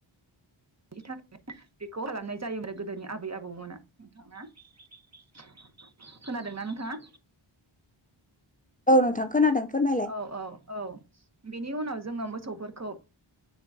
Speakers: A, on the right; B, on the left.
A: <inaudible> बिनि थाखायनो बेखौ खालामनाय जायोमोन गोदोनि आबै आबौमोना नोंथाङा खोनादोंना नोंथाङा
B: औ नोंथां खोनादों फोरमायलाय
A: औ औ औ बिनि उनाव जोङो मोसौफोरखौ